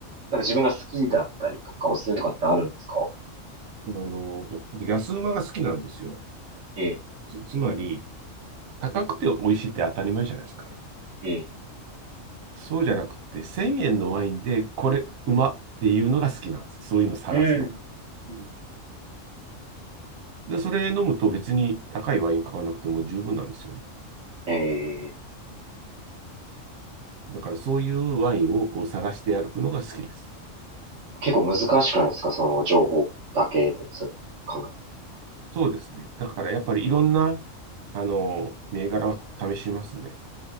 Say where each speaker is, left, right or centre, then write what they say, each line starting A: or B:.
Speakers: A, on the right; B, on the right.
A: なんか自分が好きだったりとか、おすすめとかってあるんですか
B: あの、僕、安馬が好きなんですよ。
A: ええ、
B: つ、つまり、高くて美味しいって当たり前じゃないですか。
A: ええ
B: そうじゃなくて、1000円のワインで、これ、うまっていうのが好きなんです。そういうのを探すのが。
A: うん。うん
B: で、それ飲むと別に高いワイン買わなくても十分なんですよね。
A: え、ええ
B: だから、そういうワインをこう探して歩くのが好きです。
A: 結構難しくないですかその情報だけで、そういうの考
B: そうですね。だから、やっぱりいろんな、あの、銘柄は試しますね。